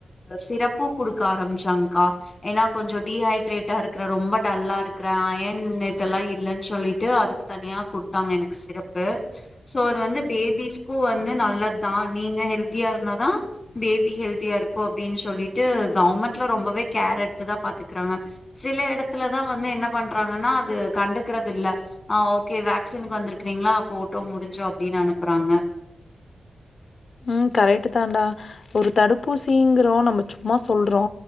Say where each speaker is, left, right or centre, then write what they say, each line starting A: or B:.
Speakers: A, on the left; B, on the left.
A: சிரப் பூ குடுக்க ஆரம்பிச்சாங்க்கா ஏன்னா கொஞ்சோ டீஹைட்ரேட்டா இருக்கிற ரொம்ப டல்லா இருக்குறே அயன் இதல்லா இல்லன் சொல்லிட்டு அதுக்கு தனியா குடுத்தாங்க எனக்கு சிரப்பு சோ அது வந்து பேபிஸ்க்கு வந்து நல்லத் தா நீங்க ஹெல்தியா இருந்தா தா பேபி ஹெல்தியாருக்கு அப்டின் சொல்லி ட்டூ கவுர்மண்ட்ல ரொம்பவே கேர் எடுத்துதா பாத்துக்குறாங்க சில எடத்துலதா வந்து என்ன பண்றாங்கன்னா அது கண்டுக்குறது இல்ல ஆ ஓக்கே வேக்சின்க்கு வந்துருக்றீங்களா போட்டோ முடிஞ்சோ அப்டின்னு அனுப்புறாங்க
B: உஹ்ம் கரெட்டு தாடா ஒரு தடுப்பூசிங்குறோ நம்ம சும்மா சொல்றோ